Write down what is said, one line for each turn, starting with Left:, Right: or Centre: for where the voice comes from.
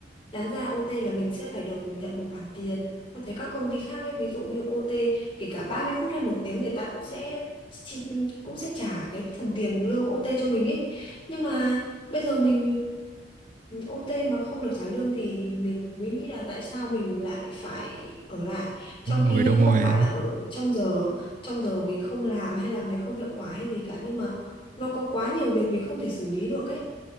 Left: Đáng ra OT là mình sẽ phải được nhận một khoản tiền. Và thấy các công ty khác ấy, ví dụ như OT kể cả 30 phút hay một tiếng người ta cũng sẽ chi- cũng sẽ trả cái phần tiền lương OT cho mình ấy. Nhưng mà bây giờ mình mình OT mà không được trả lương thì mình mới nghĩ là tại sao mình lại phải ở lại. Trong
Right: đúng
Left: khi
Right: rồi
Left: nhá,
Right: đúng
Left: không
Right: rồi
Left: phải là ở trong giờ, trong giờ mình không làm hay làm việc không hiệu quả hay gì cả nhưng mà nó có quá nhiều việc mình không thể xử lý được ấy